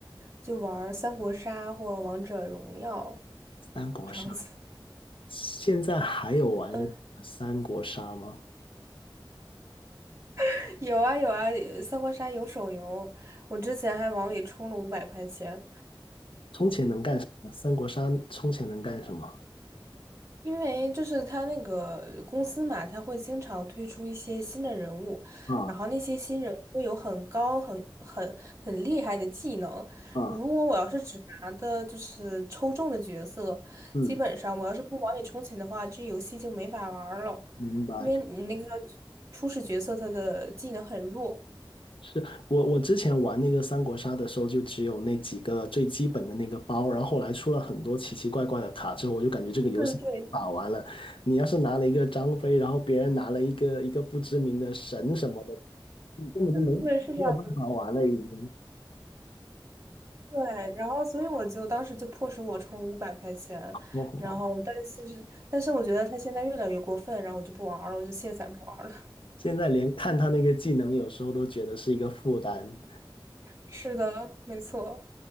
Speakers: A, on the right (about 35°); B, on the left (about 80°).
A: 就玩儿三国杀或王者荣耀
B: 三国杀，
A: 这样子。
B: 现在还有玩三国杀吗？
A: 嗯，<laughs> 有啊有啊，呃三国杀有手游，我之前还往里充了五百块钱。
B: 充钱能干什么？三国杀充钱能干什么？
A: 因为就是他那个公司嘛，他会经常推出一些新的人物，
B: 啊
A: 然后那些新人物会有很高、很很很厉害的技能。
B: 啊，
A: 如果我要是只拿的就是抽中的角色，
B: 嗯，
A: 基本上我要是不往里充钱的话，这游戏就没法玩儿了，
B: 明白。
A: 因为你那个初始角色他的技能很弱。
B: 是我我之前玩那个三国杀的时候，就只有那几个最基本的那个包，然后后来出了很多奇奇怪怪的卡之后，我就感觉这个游戏打完了。
A: 嗯，对，
B: 你要是拿了一个张飞，然后别人拿了一个一个不知名的神什么的，你根本就没没有办法玩了，
A: 嗯，对，是这样。
B: 已经。
A: 对，然后所以我就当时就迫使我充五百块钱，
B: 哦，
A: 然后但是但是我觉得他现在越来越过分，然后我就不玩儿了，我就卸载不玩儿了。
B: <laughs> 现在连看他那个技能，有时候都觉得是一个负担。
A: <laughs> 是的，没错。